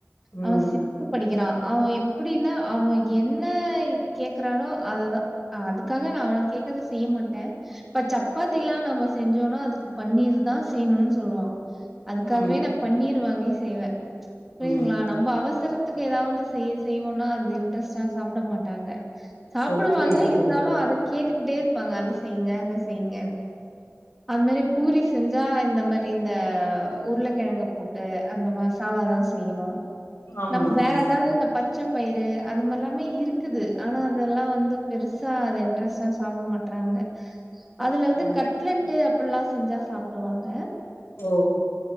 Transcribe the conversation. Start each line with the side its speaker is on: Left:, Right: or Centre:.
Left: ம்
Centre: அவன் சி த்து படிக்கிறா அவன் எப்டின்னா அவ என்ன கேக்குறானோ அததா ஆ அதுக்காக நா அவன கேக்குறத செய்ய மாட்டே இப்ப சப்பாத்தி எல்லாம் நம்ம செஞ்சோனா அதுக்கு பன்னீர் தா செய்யணுனு சொல்லுவா அதுக்காகவே
Left: ம்
Centre: நா பன்னீர் வாங்கி செய்வே புரியுதுங்களா
Left: ம்
Centre: நம்ம அவசரத்துக்கு ஏதா ஒன்னு செய்ய செய்வோனா அது இன்ட்ரெஸ்ட்டா சாப்பிட மாட்டாங்க சாப்பிடுவாங்
Left: சொல் புரியுது புரியுது
Centre: அத கேட்டுக்கிட்டே இருப்பாங்க அத செய்யுங்க இத செய்யுங்க அது மாரி பூரி செஞ்சா இந்த மாரி இந்த உருளைக்கெழங்கு போட்டு அந்த மசாலாதா செய்யணு
Left: ஆமா
Centre: நம்ம
Left: ஆமா
Centre: வேற ஏதாவது இந்த பச்ச பயிறு அது மாரிலாமே இருக்குது ஆனா அதெல்லா வந்து பெருசா அத இன்ட்ரெஸ்டா சாப்பிட மாட்றாங்க அதுல வந்து
Left: ஆ
Centre: க ட்லெட் அப்பில்லா செஞ்சா சாப்பிடுவாங்க
Left: ஓ